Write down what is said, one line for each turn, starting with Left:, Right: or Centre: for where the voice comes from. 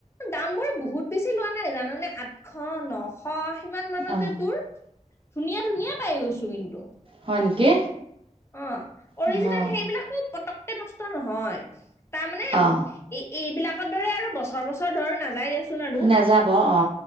Left: দামবোৰো বহুত বেছি লোৱা নাই জানানে? আঠশ, ন শ সিমান মানতে
Right: অ
Left: তোৰ ধুনীয়া ধুনীয়া পাই গৈছোঁ কিন্তু।
Right: হয় নেকি?
Left: অ', অৰিজিনেল
Right: অ
Left: সেইবিলাকো পতককে নষ্ট নহয়। তাৰমানে
Right: অ
Left: এই এইবিলাকৰ দৰে আৰু বছৰ বছৰ ধৰ নাযায় দেচোন আৰু?
Right: নাযাব অ